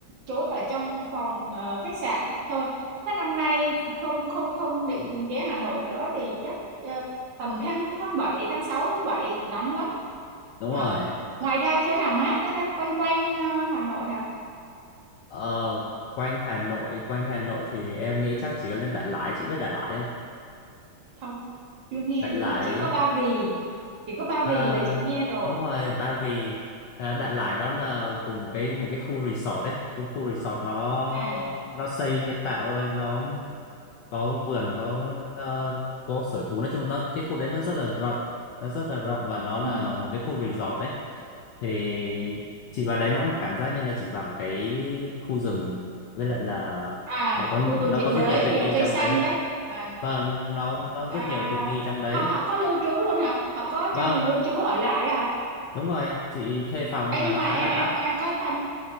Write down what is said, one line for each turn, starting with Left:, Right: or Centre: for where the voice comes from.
Right: trốn ở trong phòng ờ, khách sạn thôi thế năm nay không không không định
Left: <laughs>
Right: ghé Hà Nội nữa thì chắc ờ, tầm tháng tháng bảy tháng 6 tháng 7 nóng lắm
Left: Đúng
Right: Hả?
Left: rồi.
Right: ngoài ra chỗ nào mát nữa ta quanh quanh ờ, Hà Nội hả
Left: Ờ, quanh Hà Nội, quanh Hà Nội thì em nghĩ chắc chỉ có lên Đại Lải, chị biết Đại Lải không?
Right: không chưa nghe
Left: Đại
Right: luôn
Left: Lải
Right: á chỉ có Ba Vì chỉ có Ba
Left: À,
Right: Vì là chị nghe rồi
Left: đúng rồi Ba Vì à, Đại Lải nó là cùng cái một cái khu resort ấy cùng khu resort nó
Right: à
Left: nó xây nhân tạo thôi nó có vườn có ờ, có sở thú nói chung nó cái khu đấy nó rất là rộng nó rất là rộng và nó là
Right: ừ.
Left: một cái khu resort ấy thì chị vào đấy nó cũng cảm giác như là chị vào một cái khu rừng với lại là
Right: à
Left: nó có
Right: khu vực
Left: nó
Right: nhiệt
Left: có
Right: đới
Left: rất nhiều tiện
Right: nhiều
Left: nghi
Right: cây
Left: trong
Right: xanh
Left: đấy
Right: đấy à
Left: và nó nó
Right: à,
Left: rất nhiều tiện nghi trong đấy
Right: họ họ có lưu trú luôn hả họ có
Left: vâng
Right: cho mình lưu trú ở lại á hả
Left: đúng rồi chị thuê phòng
Right: Ê,
Left: nhưng mà
Right: nhưng
Left: nó
Right: mà
Left: khá
Right: em
Left: là đắt
Right: em em
Left: đấy
Right: có thăm